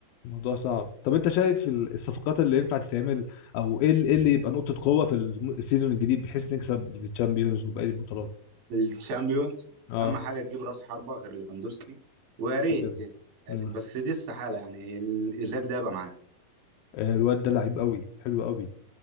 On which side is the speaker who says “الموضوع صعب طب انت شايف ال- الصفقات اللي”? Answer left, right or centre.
Left